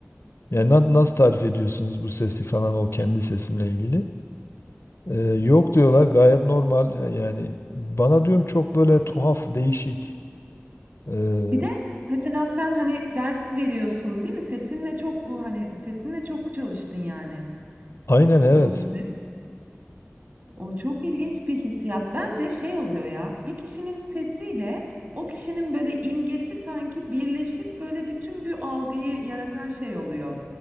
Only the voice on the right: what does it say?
Hı
hı.
Evet.
Bir de mesela sen hani ders veriyorsun değil mi? Sesinle çok hani sesinle çok çalıştın yani
uzun süre. O çok ilginç bir hissiyat. Bence şey oluyor ya. Bir kişinin sesiyle o kişinin böyle imgesi sanki birleşip böyle bütün bir algıyı yaratan şey oluyor.